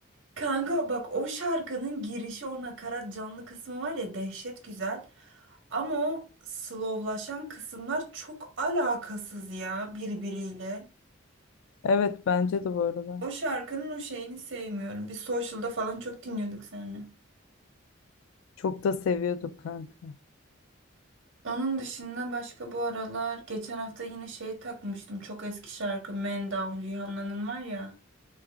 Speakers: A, on the right; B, on the left.
A: Kanka bak o şarkının girişi o nakarat canlı kısmı var ya dehşet güzel. Ama o slowlaşan kısımlar çok alakasız ya birbiriyle.
B: Evet bence de bu arada.
A: O şarkının o şeyini sevmiyorum. Biz Social'da falan çok dinliyorduk seninle.
B: Çok da seviyorduk kanka.
A: Onun dışında başka bu aralar geçen hafta yine şey takmıştım. Çok eski şarkı Man Down Rihanna'nın var ya.